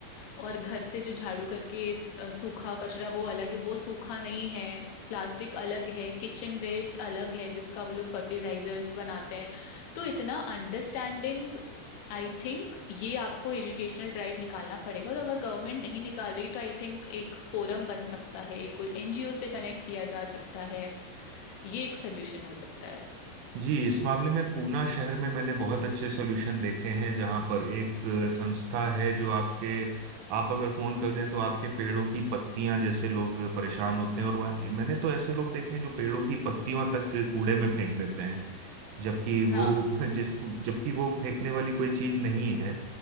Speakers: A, on the left; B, on the right.
A: और घर से जो झाड़ू करके अ, सूखा कचरा वो अलग है वो सूखा नहीं है प्लास्टिक अलग है किचन वेस्ट अलग है जिसका वो लोग फर्टिलाइजर्स बनाते हैं तो इतना अंडरस्टैंडिंग आई थिंक ये आपको एजुकेशनल ड्राइव निकालना पड़ेगा और अगर गवर्नमेंट नहीं निकाल रही तो आई थिंक एक फोरम बन सकता है कोई एनजीओ से कनेक्ट किया जा सकता है ये एक सोल्यूशन हो सकता है
B: जी इस मामले में पूना शहर में मैंने बहुत अच्छे सॉल्यूशन देखे हैं जहाँ पर एक अ, संस्था है जो आपके आप अगर फोन कर दें तो आपके पेड़ों की पत्तियां जैसे लोग परेशान होते हैं और वह ये- मैंने तो ऐसे लोग देखे हैं जो पेड़ों की पत्तियों तक कूड़े में फेंक देते हैं जबकि वो
A: हाँ
B: <laughs> जिसको जबकि वो फेंकने वाली कोई चीज नहीं है